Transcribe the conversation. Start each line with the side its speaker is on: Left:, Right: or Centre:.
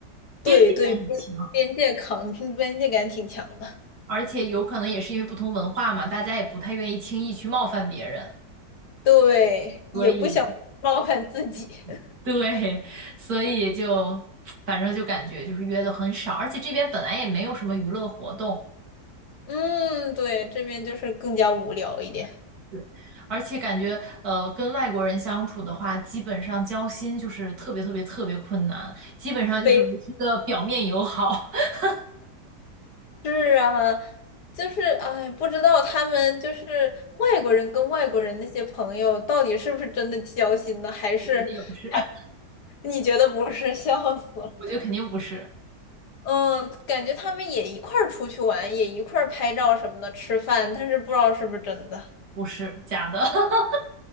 Right: 边界感也强，
Left: 对对，边边界感，边界感挺强的。
Right: 而且有可能也是因为不同文化嘛，大家也不太愿意轻易去冒犯别人，
Left: 对，
Right: 所以。
Left: 也不想冒犯自己。<laughs>
Right: <laughs> 对，所以就反正就感觉就是约的很少，而且这边本来也没有什么娱乐活动，
Left: 嗯，对，这边就是更加无聊一点。
Right: 对，而且感觉呃跟外国人相处的话，基本上交心就是特别特别特别困难，基本上就是维持一个表面友好，
Left: <laughs>
Right: <laughs>
Left: 是啊，就是哎，不知道他们就是外国人跟外国人那些朋友到底是不是真的交心呢，还是还
Right: 我觉得也不是，<laughs>
Left: 你觉得不是？<laughs> 笑死了。
Right: 我觉得肯定不是，
Left: 嗯，感觉他们也一块儿出去玩，也一块儿拍照什么的，吃饭，但是不知道是不是真的。
Right: 不是假的，<laughs>